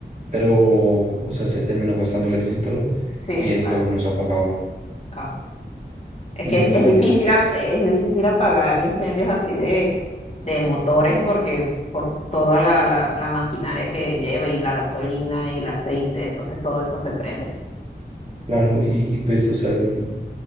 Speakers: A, on the right; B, on the left.
A: pero, o sea, se terminó gastando el extintor
B: Sí,
A: y el
B: claro.
A: fuego no se apagaba.
B: Ah. Es
A: Y
B: que es difícil, ap- es difícil apagar incendios así de, de motores porque por toda la, la, la maquinaria que lleva y la gasolina y el aceite, entonces todo eso se prende.
A: claro, y, y, pues, o sea, n-